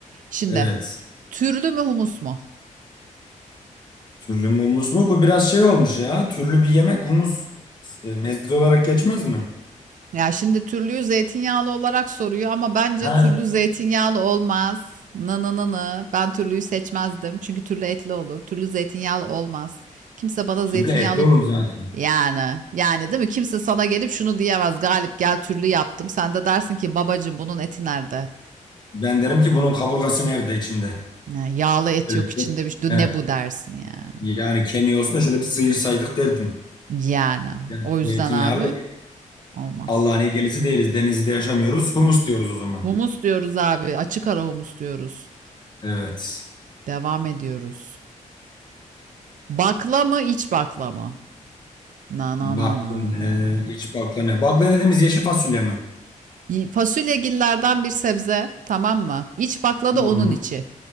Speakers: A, on the right; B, on the left.
A: Şimdi
B: Evet.
A: türlü mü humus mu?
B: Türlü mü humus mu? Bu biraz şey olmuş ya. Türlü bir yemek humus e, meze olarak geçmez mi?
A: Ya şimdi türlü zeytinyağlı olarak soruyor ama bence
B: Ha,
A: türlü zeytinyağlı olmaz. Nı nı nı nı. Ben türlüyü seçmezdim. Çünkü türlü etli olur. Türlü zeytinyağlı olmaz. Kimse bana
B: türlü
A: zeytinyağlı
B: etli olur zaten.
A: yani yani değil mi? Kimse sana gelip şunu diyemez. Galip gel türlü yaptım. Sen de dersin ki babacım bunun eti nerede?
B: Ben derim ki bunun kaburgası nerede içinde?
A: Ya, yağlı et
B: Böyle
A: yok içinde
B: bir-
A: bir şey.
B: he,
A: Ne bu dersin yani.
B: yani kemiği olsun da şöyle bir sıyırsaydık derdim.
A: Yani
B: Yani
A: o yüzden
B: zeytinyağlı
A: abi
B: da
A: olmaz.
B: Allah'ın gelisi değiliz. Denizli'de yaşamıyoruz. Humus diyoruz o zaman.
A: Humus diyoruz abi. Açık ara humus diyoruz.
B: Evet.
A: Devam ediyoruz. Bakla mı iç bakla mı? Na
B: Bakla
A: na na na.
B: ne? İç bakla ne? Bakla dediğimiz yeşil fasulye mi?
A: Y- Fasulyegillerden bir sebze tamam mı? İç bakla
B: Hı
A: da
B: hı.
A: onun içi.